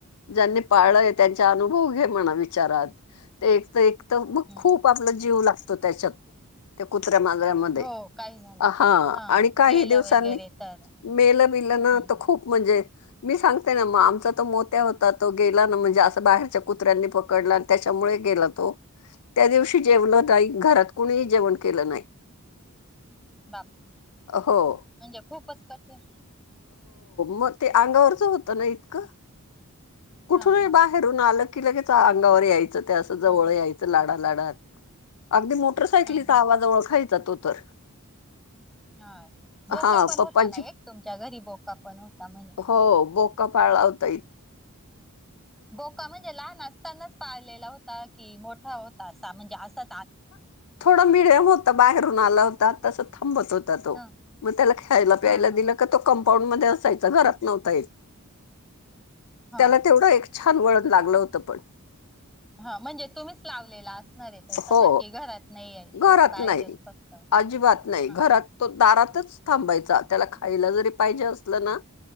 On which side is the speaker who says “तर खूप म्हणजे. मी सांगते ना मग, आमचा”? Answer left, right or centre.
Left